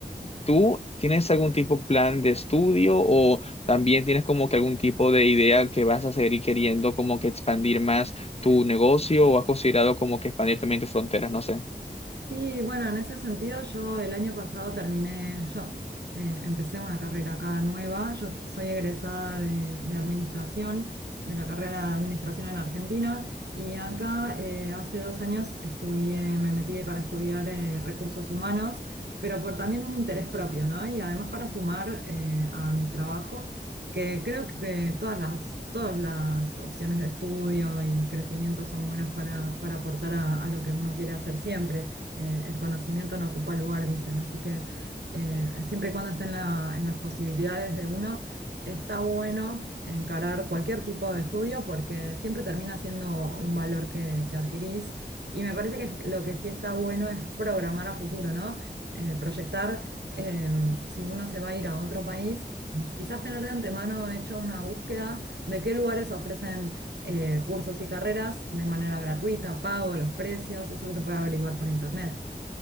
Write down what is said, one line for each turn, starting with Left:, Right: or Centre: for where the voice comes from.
Left: ¿Tú tienes algún tipo de plan de estudio o también tienes como que algún tipo de idea que vas a seguir queriendo como que expandir más tu negocio o has considerado como que expandir también tus fronteras? No sé.
Right: Sí, bueno, en ese sentido yo el año pasado terminé, yo eh, empecé una carrera acá nueva, yo soy egresada de, de administración, de la carrera de administración en Argentina, y acá eh, hace dos años estudié, me metí para estudiar eh, recursos humanos, pero por también un interés propio, ¿no? Y además para sumar eh, a mi trabajo, que creo que todas las, todas las opciones de estudio y crecimiento son buenas para, para aportar a a lo que uno quiere hacer siempre eh, el conocimiento no ocupa lugar, dicen. Así que eh, siempre y cuando esté en la- en las posibilidades de uno, está bueno encarar cualquier tipo de estudio porque siempre termina siendo un valor que, que adquirís. Y me parece que lo que sí está bueno es programar a futuro, ¿no? Eh, proyectar em, si uno se va a ir a otro país, quizás tener de antemano hecho una búsqueda de qué lugares ofrecen eh, cursos y carreras de manera gratuita, pago, los precios, eso se puede averiguar por internet.